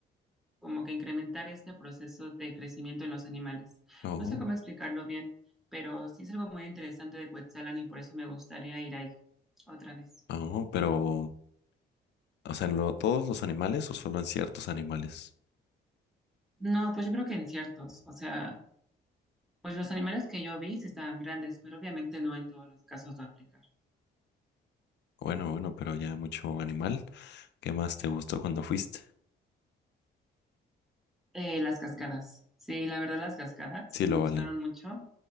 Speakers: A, in the centre; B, on the left.
A: como que incrementar este proceso de crecimiento en los animales.
B: Oh,
A: No sé cómo explicarlo bien, pero sí es algo muy interesante de Cuetzalan y por eso me gustaría ir ahí otra vez.
B: oh, pero, o sea, ¿en lo- todos los animales o solo en ciertos animales?
A: No, pues yo creo que en ciertos, o sea, pues los animales que yo vi sí estaban grandes, pero obviamente no en todos los casos va a aplicar.
B: Bueno, bueno, pero ya mucho animal. ¿Qué más te gustó cuando fuiste?
A: Eh, las cascadas. Sí, la verdad, las cascadas
B: Sí,
A: me
B: lo
A: gustaron
B: valen.
A: mucho.